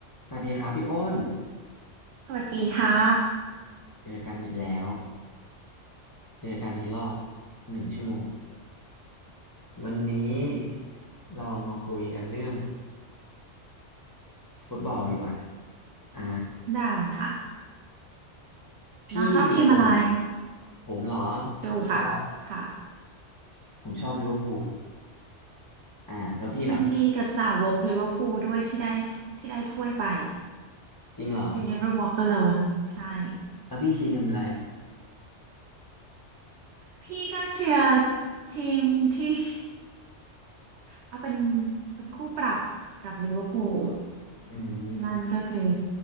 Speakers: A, on the left; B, on the right.
A: สวัสดีครับพี่อ้น
B: สวัสดีค่ะ
A: เจอกันอีกแล้วเจอกันในรอบหนึ่งชั่วโมงวันนี้เรามาคุยกันเรื่องฟุตบอลดีกว่าอ่า
B: ได้ค่ะ
A: พี่ดูบอล
B: น้องชอบทีมอะไร
A: ผมเหรอผมชอบ
B: ดูค่ะค่ะ
A: ผมชอบลิเวอร์พูลอ่าแล้วพี่ล่ะ
B: ยินดีกับสาวกลิเวอร์พูลด้วยที่ได้ที่ได้ถ้วยไป
A: จริงเหรอ
B: You Never Walk Alone ใช่
A: แล้วพี่ชีทำอะไร
B: พี่ก็เชียร์ทีมที่ <laughs> เอาเป็นเป็นคู่ปรับกับลิเวอร์พูล
A: อืม
B: นั่นก็คือ